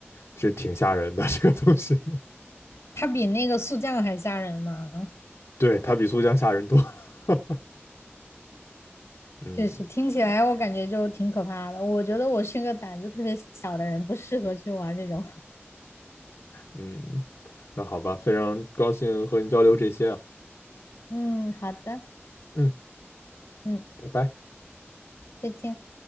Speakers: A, on the left; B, on the left.
A: 这挺吓人的 <laughs> 这个东西，
B: 它比那个速降还吓人吗？
A: 对，它比速降吓人多。<laughs> 嗯
B: 确实听起来我感觉就挺可怕的。我觉得我是个胆子特别小的人，不适合去玩这种。<laughs>
A: 嗯，那好吧，非常高兴和你交流这些啊，
B: 嗯，好的，
A: 嗯，
B: 嗯，
A: 拜拜。
B: 再见。